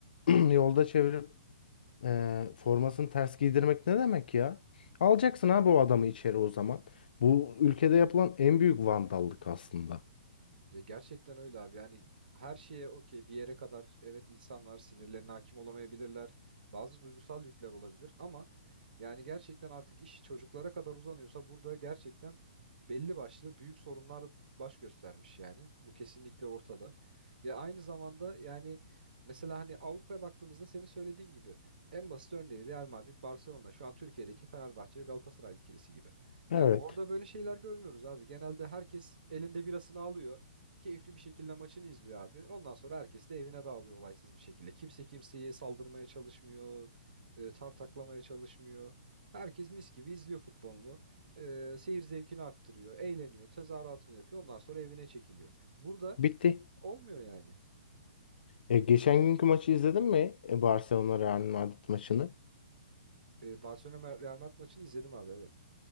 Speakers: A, on the left; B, on the right.
A: <clears throat> yolda çevirip ee, formasını ters giydirmek ne demek ya? Alacaksın abi o adamı içeri o zaman. Bu ülkede yapılan en büyük vandallık aslında.
B: Ya gerçekten öyle abi yani her şeye okey bir yere kadar evet insanlar sinirlerine hakim olamayabilirler. Bazı duygusal yükler olabilir ama Yani gerçekten artık iş çocuklara kadar uzanıyorsa burada gerçekten belli başlı büyük sorunlar baş göstermiş yani. Bu kesinlikle ortada. Ya aynı zamanda yani mesela hani Avrupa'ya baktığımızda senin söylediğin gibi en basit örneği Real Madrid, Barcelona şu an Türkiye'deki Fenerbahçe ve Galatasaray ikilisi gibi.
A: Evet.
B: Yani orada böyle şeyler görmüyoruz abi. Genelde herkes elinde birasını alıyor. Keyifli bir şekilde maçını izliyor abi. Ondan sonra herkes de evine dağılıyor olaysız bir şekilde. Kimse kimseye saldırmaya çalışmıyor, e, tartaklamaya çalışmıyor. Herkes mis gibi izliyor futbolunu. E, seyir zevkini arttırıyor, eğleniyor, tezahüratını yapıyor. Ondan sonra evine çekiliyor. Burada
A: Bitti.
B: olmuyor yani.
A: E, geçen günkü maçı izledin mi? E, Barcelona Real Madrid maçını.
B: E, Barcelona Real Madrid maçını izledim abi evet.